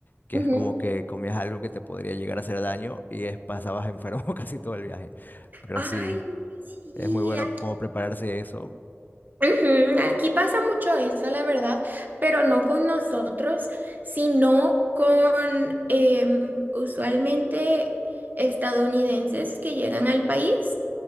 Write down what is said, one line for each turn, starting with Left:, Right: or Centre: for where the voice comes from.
Left: que
Right: Ujú.
Left: es como que comías algo que te podría llegar a hacer daño y es, pasabas enfermo <laughs> casi todo el viaje. Pero
Right: Ay,
Left: sí,
Right: sí.
Left: es muy bueno
Right: a-
Left: como prepararse eso
Right: Ujú, Aquí pasa mucho eso, la verdad, pero no con nosotros, sino con em, usualmente estadounidenses que llegan al país